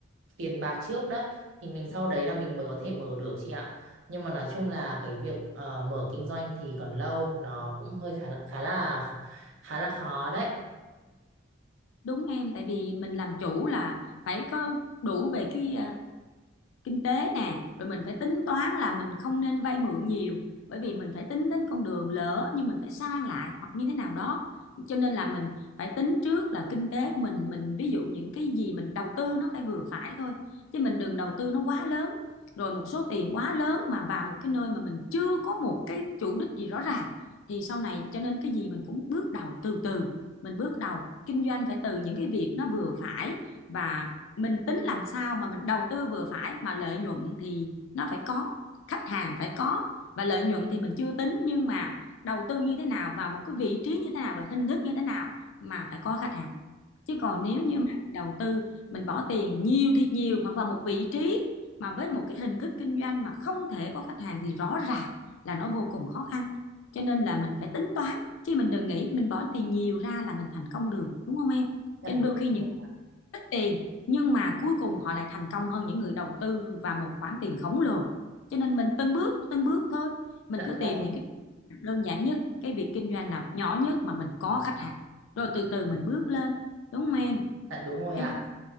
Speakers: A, on the right; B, on the left.
A: tiền bạc trước đấy thì mình sau đấy là mình mới có thể mở được chị ạ. Nhưng mà nói chung là cái việc ờ, mở kinh doanh thì còn lâu, nó cũng hơi khá khá là khá là khó đấy.
B: đúng em tại vì mình làm chủ là phải có đủ về cái ờ, kinh tế nè rồi mình phải tính toán là mình không nên vay mượn nhiều bởi vì mình phải tính đến con đường lỡ như mình phải sang lại hoặc như thế nào đó cho nên là mình phải tính trước là kinh tế của mình mình ví dụ những cái gì mình đầu tư nó phải vừa phải thôi chứ mình đừng đầu tư nó quá lớn rồi một số tiền quá lớn mà vào một cái nơi mà mình chưa có một cái chủ đích gì rõ ràng thì sau này cho nên cái gì mình cũng bước đầu từ từ mình bước đầu kinh doanh phải từ những cái việc nó vừa phải và mình tính làm sao mà mình đầu tư vừa phải mà lợi nhuận thì nó phải có khách hàng phải có và lợi nhuận thì mình chưa tính nhưng mà đầu tư như thế nào vào một cái vị trí như thế nào và hình thức như thế nào mà phải có khách hàng chứ còn nếu như mà mình đầu tư mình bỏ tiền nhiều thiệt nhiều mà vào một vị trí mà với một cái hình thức kinh doanh mà không thể có khách hàng thì rõ ràng là nó vô cùng khó khăn cho nên là mình phải tính toán chứ mình đừng nghĩ mình bỏ tiền nhiều ra là mình thành công được đúng không em
A: Dạ
B: cho nên
A: đúng
B: đôi khi
A: rồi.
B: những ít tiền nhưng mà cuối cùng họ lại thành công hơn những người đầu tư và một khoản tiền khổng lồ cho nên mình từng bước từng bước thôi mình
A: Dạ
B: cứ
A: vâng,
B: tìm những cái việc đơn giản nhất cái việc kinh doanh nào nhỏ nhất mà mình có khách hàng rồi từ từ mình bước lên đúng không em
A: dạ đúng rồi
B: em
A: ạ.
B: cứ